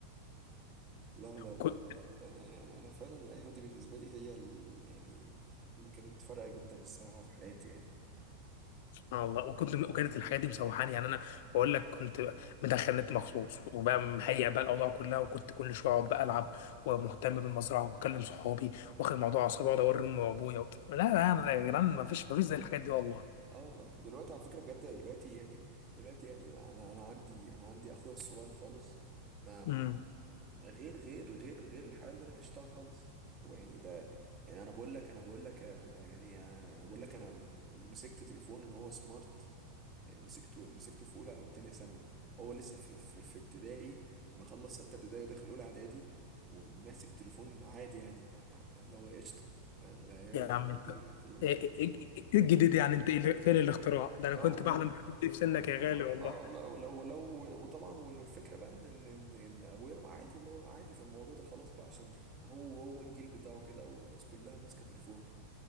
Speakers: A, on the right; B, on the left.
A: لا لا لا
B: كنت
A: لا لا أنا يعني أنا فعلا الأيام دي بالنسبة لي هي ال- يعني اللي كانت فارقة جدا الصراحة في حياتي يعني
B: آه والله وكنت وكانت الحاجات دي مسوحاني يعني انا بقول لك كنت مدخل نت مخصوص وبقى مهيئ بقى الاوضاع كلها وكنت كل شويه اقعد بقى العب ومهتم بالمزرعه واكلم صحابي واخد الموضوع على صعوبه واقعد اوري امي وابويا وبت- لا لا أنا يا جدعان ما فيش ما فيش زي الحاجات دي والله
A: اه والله دلوقتي على فكرة بجد دلوقتي يعني دلوقتي يعني ما انا انا عندي انا عندي اخويا الصغير خالص ما ما-
B: امم
A: غير غير غير غير الحياة اللي انا عشتها خالص ويعني ده يعني انا بقول لك انا بقول لك انا يعني انا أنا بقول لك انا مسكت تليفون اللي هو سمارت مسكته مسكته في اولى او تانية ثانوي هو لسه في في, في ابتدائي مخلص ستة ابتدائي وداخل اولى اعدادي وماسك تليفون عادي يعني ما ما اللي هو قشطة يلا
B: يا عم انت
A: عادي دلوقتي
B: ايه إيه- إيه إيه، إيه الجديد يعني انت إيه اللي- فين الاختراع ده انا
A: اه
B: كنت
A: والله
B: بحلم بالحاجات دي في سنك
A: هو-
B: يا غالي
A: ما-
B: والله
A: اه والله ولو لو وطبعا والفكره بقى ان ان ان إن ابويا عادي اللي هو عادي في الموضوع ده خلاص بقى عشان هو هو الجيل بتاعه كده والناس كلها ماسكه تليفون